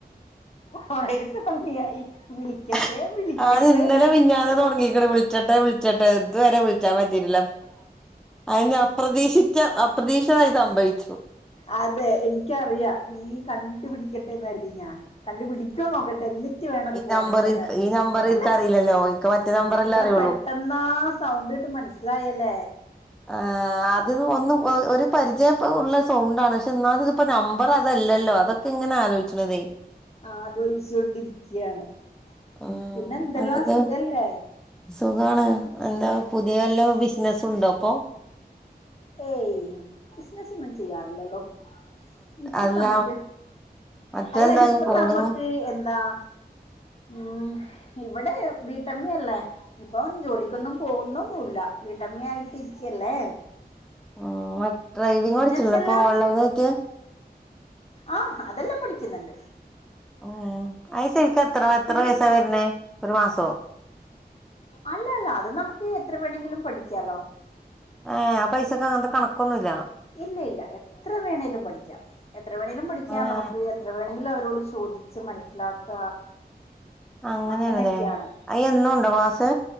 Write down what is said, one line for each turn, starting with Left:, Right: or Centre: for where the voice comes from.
Left: കൊറേ സമയായി. വിളിക്കട്ടെ
Centre: ആ
Left: വിളിക്കട്ടെ
Centre: ഞാനിന്നലെ മിഞ്ഞാന്ന് തൊടങ്ങീക്ക്ന വിളിച്ചട്ടെ വിളിച്ചട്ടെ ത് വരെ വിളിച്ചൻ പറ്റിറ്റില്ല. അതിനെ അപ്രതീക്ഷിച്ച. അപ്രതീക്ഷിതമായി സംഭവിച്ചു
Left: അതെ എനിക്കറിയാ. നീ കണ്ടു പിടിക്കട്ടെന്ന് കരുതി ഞാനും കണ്ടു പിടിക്കോ നോക്കട്ടെ ന്നിട്ട്- വേണ ഒരു
Centre: ഈ
Left: പോയിന്റ്
Centre: നമ്പർ
Left: തരാൻ
Centre: ഈ നമ്പർ എനിക്കറിയില്ലല്ലോ
Left: അല്ലെ
Centre: എനിക്ക് മറ്റേ നമ്പറല്ലേ
Left: എത്ര
Centre: അറിയുള്ളൂ
Left: പെട്ടെന്ന- സൗണ്ട് കേട്ട് മനസ്സിലായല്ലേ.
Centre: ആ അത് ഒന്നും ഒരു പരിചയ ഉള്ള സൗണ്ടാണ് പക്ഷെ എന്നാലും പ്പത്. നമ്പറതല്ലല്ലോ അതൊക്കെ ഇങ്ങനെ ആലോചിച്ചണതേ.
Left: ആലോചിച്ചോണ്ടിരിക്കയാണ്
Centre: മ്മ്
Left: പിന്നെ എന്തെല്ലാം
Centre: എന്തൊക്കെ
Left: സുഖല്ലേ
Centre: സുഖാണ്. എന്താ പുതിയ വല്ല ബിസിനസുണ്ടോ പ്പോ?
Left: ഏയ് ബിസിനസൊന്നും ചെയ്യാറില്ലല്ലോ. ഇപ്പൊ
Centre: അല്ല
Left: നമുക്ക്
Centre: മറ്റെന്താ
Left: അല്ല ഇപ്പൊ
Centre: ട്രേഡിങ്
Left: നമ്മുക്ക് എന്താ. ആം ഇവിടെ വീട്ടമ്മയല്ലേ ഇപ്പം ജോലിക്കൊന്നും പോകുന്നൊന്നുമല്ല വീട്ടമ്മയ ആായിട്ട്. ഇരിക്കല്ലേ.
Centre: മ് മറ്റേ ഡ്രൈവിങ്
Left: പിന്നെന്തെല്ലാം
Centre: പഠിച്ചണില്ലേ ഇപ്പൊ ഓൺലൈനായിട്ട്.
Left: ആഹ് അതെല്ലാം പടിക്കുന്നുണ്ട്.
Centre: ഉം ആയി ശരിക്ക എത്ര എത്ര
Left: പിന്നെ
Centre: വയസാ വരുന്നേ ഒരു മാസോ?
Left: അല്ല അല്ല അത് നമുക്ക് എത്ര വേണങ്കിലും പഠിക്കാലോ
Centre: ഏ ആ പൈസൊക്കെ അങ്ങനത്തെ കണക്കൊന്നുല്ല.
Left: ഇല്ല ഇല്ല എത്ര വേണെേിലും പഠിക്കാം എത്ര വേണമെങ്കലും പഠിക്കാം
Centre: ഏഹ്
Left: നമുക്ക് എത്ര വേണമെങ്കിലും അവരോട് ചോദിക്ക. മനസ്സിലാക്ക
Centre: അങ്ങനെയാണല്ലേ
Left: അങ്ങനെയൊക്കെയാണ്.
Centre: അത് എന്നും ഉണ്ടോ ക്ലാസ്